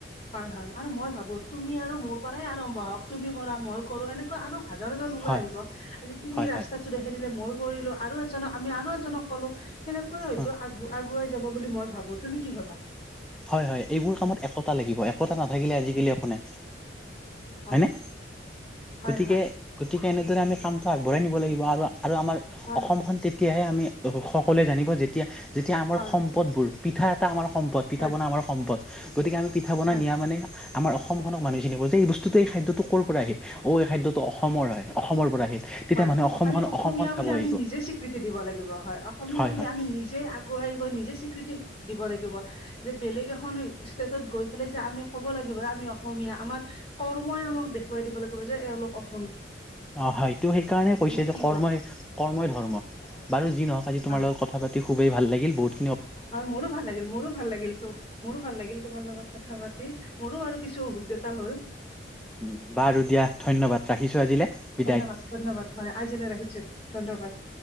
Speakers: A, on the left; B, in the centre.
A: হয়, হয় আৰু মই ভাবোঁ তুমি আৰু মোৰ পৰাই আৰম্ভ হওঁক, তুমি কৰা মই কৰোঁ এনেকুৱা আৰু হাজাৰজন ওলাই
B: হয়
A: আহিব। আজি তুমি
B: হয়
A: ৰাস্তাটো
B: হয়
A: দেখ খাই দিলে মই কৰিলোঁ আৰু এজনক আমি আৰু এজনক কলোঁ সেনেকৈ হয়তো
B: অ
A: আগু-আগুৱাই যাব বুলি মই ভাবোঁ তুমি কি ভাবা?
B: হয়, হয়। এইবোৰ কামত একতা লাগিব একতা নাথাকিলে আজিকালি একো নাই।
A: হয়
B: হয়নে?
A: হয়
B: গতিকে,
A: হয়
B: গতিকে এনেদৰে আমি কামটো আগবঢ়াই নিব লাগিব আৰু, আৰু আমাৰ
A: হয়
B: অসমখন তেতিয়াহে আমি সকলোৱে জানিব যেতিয়া, যেতিয়া আমাৰ
A: হয়
B: সম সম্পদবোৰ, পিঠা এটা আমাৰ সম্পদ পিঠা-
A: হয়
B: পনা আমাৰ সম্পদ, গতিকে আমি পিঠা বনাই
A: হয়
B: নিয়া মানে আমাৰ অসমখনক মানুহে চিনিব যে এই বস্তুটো এই খাদ্যতো ক'ৰ পৰা আহিল অ' এই খাদ্য ত' অসমৰ হয় অসমৰ পৰা আহিল তেতিয়া
A: হয়
B: মানুহে অসমখন,
A: আমি অসমীয়া
B: অসমখন চাব
A: বুলি
B: আহিব।
A: আমি নিজে স্বীকৃতি দিব লাগিব হয় অসমীয়া
B: হয়
A: বুলি
B: হয়
A: আমি নিজে আগুৱাই গৈ নিজে স্বীকৃতি দিব লাগিব যে বেলেগ এখন ষ্টেটত গৈ ফেলে যে আমি ক'ব লাগিব এ আমি অসমীয়া আমাৰ কৰ্মই আমাক দেখুৱাই দিব লাগিব যে এওঁলোক অস
B: অ' হয়টো সেইকাৰণে কৈছে
A: নে
B: যে
A: কি
B: কৰ্মই,
A: কোৱা
B: কৰ্মই ধৰ্ম। বাৰু যি নহওঁক আজি তোমাৰ
A: হয়
B: লগত কথা পাতি খুবেই ভাল লাগিল বহুত।
A: হয়, মোৰো ভাল লাগিল, মোৰো ভাল লাগিল তো। মোৰো ভাল লাগিল তোমাৰ লগত কথা-পাতি মোৰো আৰু কিছু অভিজ্ঞতা হ'ল।
B: উম, বাৰু দিয়া ধন্যবাদ ৰাখিছো আজিলে বিদায়।
A: ধন্যবাদ ধন্যবাদ হয়, আজিলৈ ৰাখিছো, ধন্যবাদ।